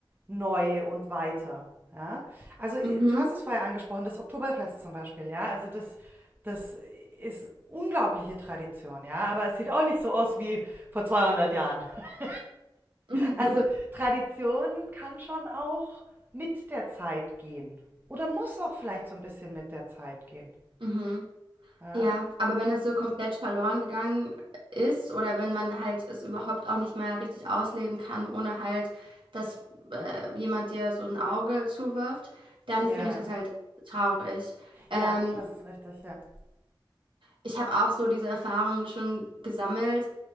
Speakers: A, on the right; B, on the right.
A: neu und weiter. Ja? Also äh,
B: Mhm.
A: du hast es vorher angesprochen, das Oktoberfest zum Beispiel, ja. Also das, das ist unglaubliche Tradition, ja. Aber es sieht auch nicht so aus wie vor 200 Jahren. <laughs>
B: <laughs>
A: Also Tradition kann schon auch mit der Zeit gehen oder muss auch vielleicht so ein bisschen mit der Zeit gehen.
B: Mhm.
A: Ja,
B: Ja, aber wenn es so komplett verloren gegangen ist oder wenn man halt es überhaupt auch nicht mehr richtig ausleben kann, ohne halt, dass äh, jemand dir so ein Auge zuwirft, dann
A: ja,
B: finde ich das halt traurig. Ähm,
A: ja, das ist richtig, ja.
B: ich habe auch so diese Erfahrungen schon gesammelt,